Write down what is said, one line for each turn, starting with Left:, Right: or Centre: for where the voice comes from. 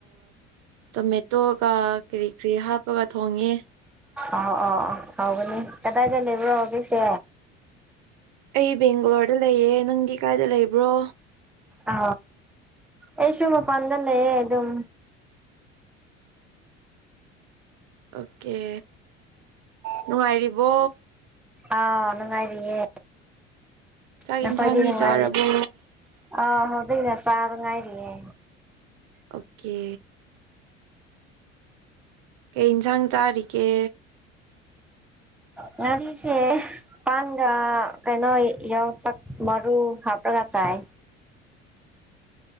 Right: ꯇꯣꯃꯦꯇꯣꯒ ꯀꯔꯤ ꯀꯔꯤ ꯍꯥꯞꯄꯒ ꯊꯣꯡꯉꯦ
Centre: ꯑ ꯑ ꯑ ꯍꯥꯎꯕꯅꯦ ꯀꯗꯥꯏꯗ ꯂꯩꯕ꯭ꯔꯣ ꯍꯧꯖꯤꯛꯁꯦ
Right: ꯑꯩ ꯕꯦꯡꯒꯂꯣꯔꯗ ꯂꯩꯌꯦ ꯅꯪꯗꯤ ꯀꯥꯏꯗ ꯂꯩꯕ꯭ꯔꯣ
Centre: ꯑ ꯑꯩꯁꯨ ꯃꯄꯥꯟ ꯗ ꯂꯩꯌꯦ ꯑꯗꯨꯝ
Right: ꯑꯣꯀꯦ ꯅꯨꯡꯉꯥꯏꯔꯤꯕꯣ
Centre: ꯑꯥ ꯅꯨꯡꯉꯥꯏꯔꯤꯌꯦ
Right: ꯆꯥꯛ
Centre: ꯅ
Right: ꯌꯦꯟꯁꯥꯡꯗꯤ
Centre: ꯐꯗꯤꯅꯅꯨꯡꯉꯥꯏ
Right: ꯆꯥꯔꯕꯣ
Centre: ꯑ ꯃꯗꯅ ꯆꯥꯅꯨꯡ ꯉꯥꯏꯔꯤ ꯑ
Right: ꯑꯣꯀꯦ ꯀꯩ ꯏꯟꯁꯥꯡ ꯆꯥꯔꯤꯒꯦ
Centre: ꯉꯁꯤꯁꯦ ꯄꯥꯟꯒ ꯀꯩꯅꯣ ꯌꯣꯡꯆꯥꯛ ꯃꯔꯨ ꯍꯥꯞꯄ꯭ꯔꯒ ꯆꯥꯏ